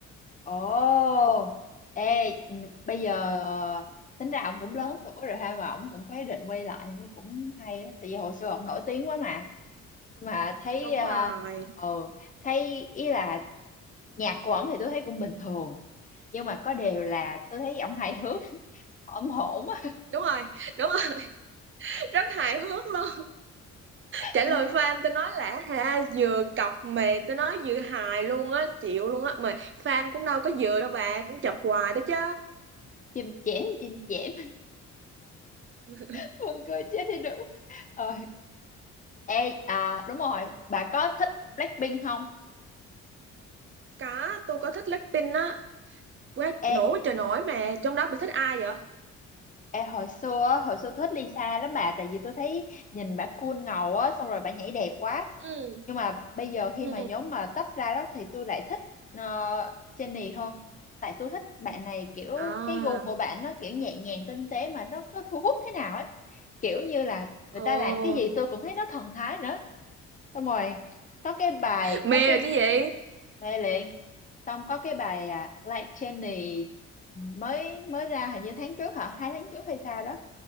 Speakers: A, on the left; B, on the right.
A: ồ ê bây giờ ờ, tính ra ông cũng lớn tuổi rồi ha mà ông cũng có ý định quay lại thì cũng hay đó tại vì hồi xưa ông nổi tiếng quá mà nhưng mà thấy
B: đúng
A: ờ
B: rồi
A: ừ, thấy ý là nhạc của ổng thì tôi thấy cũng bình thường nhưng mà có điều là tôi thấy ổng hài hước <laughs> ổng hổn á
B: đúng rồi đúng rồi <laughs> rất hài hước luôn trả
A: <laughs>
B: lời fan tôi nói là ha vừa cọc mà tôi nói vừa hài luôn á chịu luôn á mà fan cũng đâu có vừa đâu bà cũng chọc hoài đó chứ
A: chim chém chim chém
B: <laughs>
A: <laughs> buồn cười chết đi được ờ ê à, đúng rồi bà có thích Blackpink không
B: có tôi có thích Blackpink á quá
A: ê
B: nổi quá trời nổi mà trong đó bà thích ai vậy
A: Ê, hồi xưa á, hồi xưa thích Lisa lắm bà tại vì tôi thấy nhìn bà cool ngầu á xong rồi bà nhảy đẹp quá
B: ừ
A: nhưng mà bây giờ khi
B: ừ
A: mà nhóm mà tách ra đó thì tôi lại thích ờ, Jennie hơn tại tôi thích bạn này kiểu
B: à
A: cái gu của bạn nó kiểu nhẹ nhàng tinh tế mà nó cứ thu hút thế nào ấy kiểu như là người
B: ồ
A: ta làm cái gì tôi cũng thấy nó thần thái nữa xong rồi có cái bài
B: mê
A: có cái
B: rồi chứ gì
A: mê liền xong có cái bài à, Like Jennie mới mới ra hình như tháng trước hả hai tháng trước hay sao đó